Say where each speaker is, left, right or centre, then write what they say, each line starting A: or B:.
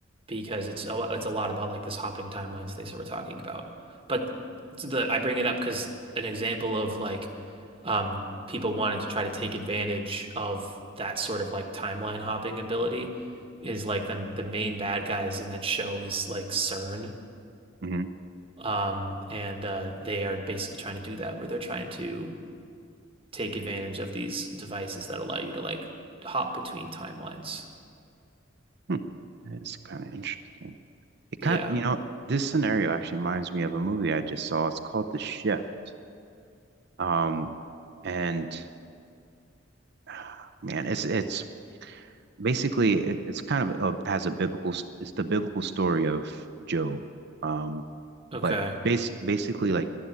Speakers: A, on the right; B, on the right.
A: because it's a, lo- it's a lot about like this hopping timelines things that we're talking about. But the I bring it up because an example of like um, people wanting to try to take advantage of that sort of like timeline hopping ability is like the the main bad guys in that show is like CERN.
B: hmm
A: Um, and uh, they are basically trying to do that where they're trying to take advantage of these devices that allow you to like hop between timelines.
B: Hmm. That's kind of interesting. It
A: Yeah.
B: kind, you know, this scenario actually reminds me of a movie I just saw. It's called The Shift. Um, and <sighs> man, it's it's basically it, it's kind of a, has a biblical s- it's the biblical story of Job. Um, but
A: Okay.
B: basic basically like